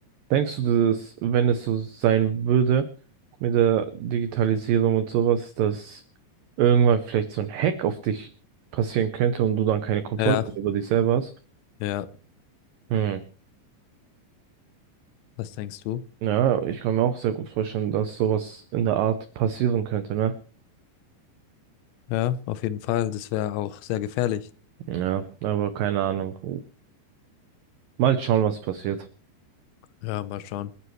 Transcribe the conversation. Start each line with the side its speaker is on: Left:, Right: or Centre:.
Right: Denkst du, dass, es- wenn es so sein würde mit der Digitalisierung und sowas, dass irgendwann vielleicht so ein Hack auf dich passieren könnte und du dann keine Kontrolle
Left: Ja,
Right: mehr über dich selber hast?
Left: ja,
Right: Hm.
Left: was denkst du?
Right: Ja, ich kann mir auch sehr gut vorstellen, dass sowas in der Art passieren könnte, ne?
Left: Ja, auf jeden Fall, das wäre auch sehr gefährlich.
Right: Ja, aber keine Ahnung. Mal schauen, was passiert.
Left: Ja, mal schauen.